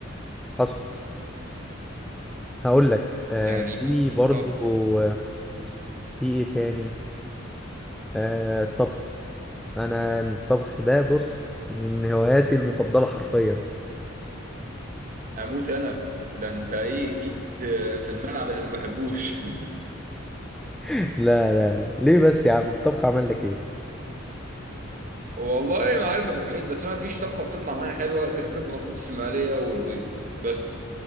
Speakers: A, in the centre; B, on the right.
A: حصل هقول لك آه
B: يعني دي
A: في برضو
B: اه
A: آه في ايه تاني آه الطبخ انا الطبخ ده بص من هواياتي المفضله حرفيا
B: اموت انا ده انت ايه جيت آه، في الملعب اللي ما بحبوش
A: <laughs> لا لا لا ليه بس يا عم الطبخ عمل لك ايه
B: <laughs> والله ما عارف يا ابو حميد بس انا مفيش طبخه بتطلع معايا حلوه غير البطاطس المقليه والبيض بس